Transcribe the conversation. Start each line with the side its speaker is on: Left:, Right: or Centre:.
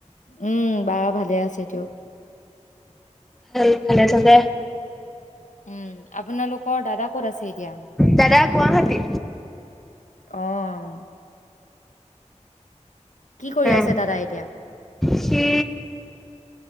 Left: উম বা ভালে আছে চটও
Centre: ভাল ভালে থাকে
Left: উম আপোনালোকৰ দাদা ক'ত আছে এতিয়া
Centre: দাদা গুৱাহাটী
Left: আহ কি কৰি
Centre: উম
Left: আছে দাদাই এতিয়া
Centre: সি